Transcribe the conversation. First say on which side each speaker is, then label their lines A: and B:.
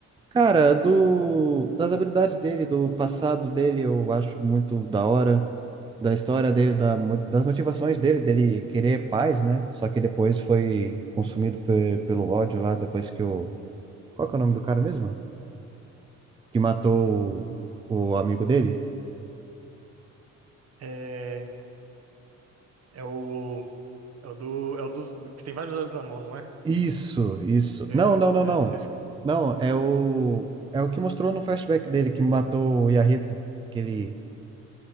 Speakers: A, on the right; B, on the right.
A: Cara, do, das habilidades dele, do passado dele, eu acho muito da hora. Da história dele, da, mo- das motivações dele, dele querer paz, né? Só que depois foi consumido pe- pelo ódio lá, depois que o. Qual que é o nome do cara mesmo? Que matou o, o amigo dele?
B: É, É o. É o do. É o dos. Que tem vários dados na mão, não é?
A: Isso, isso.
B: Eu,
A: Não, não,
B: eu,
A: não,
B: é-
A: não.
B: esse-
A: Não, é o. É o que mostrou no flashback dele que matou o Yahiko, aquele,